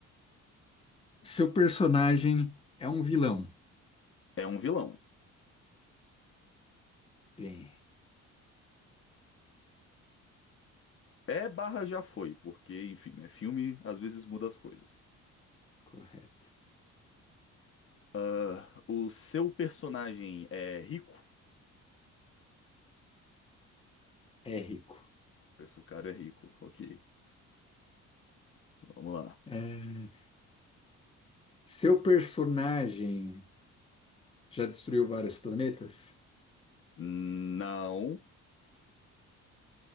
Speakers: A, on the left (about 20°); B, on the left (about 45°).
A: Seu personagem é um vilão?
B: É um vilão.
A: Bem,
B: É barra já foi, porque, enfim, né? Filme às vezes muda as coisas.
A: correto.
B: Ah, o seu personagem é rico?
A: É rico.
B: Penso, o cara é rico. Ok, vamos lá.
A: É... Seu personagem já destruiu vários planetas?
B: Não.